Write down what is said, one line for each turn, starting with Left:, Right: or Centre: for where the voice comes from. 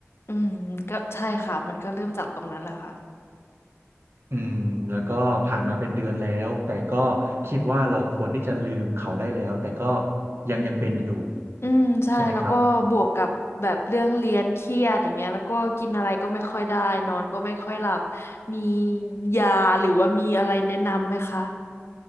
Left: อืมก็ใช่ค่ะมันก็เริ่มจากตรงนั้นแหละค่ะ
Right: อืมแล้วก็ผ่านมาเป็นเดือนแล้วแต่ก็คิดว่าเราควรที่จะลืมเขาได้แล้วแต่ก็ยังยังเป็นอยู่
Left: อืมใช่แล้วก็บวกกับแบบเรื่องเรียนเครียดอย่างเงี้ยแล้วก็กินอะไรก็ไม่ค่อยได้นอนก็ไม่ค่อยหลับ
Right: ใช่ไหมครับ
Left: มียาหรือว่ามีอะไรแนะนำไหมคะ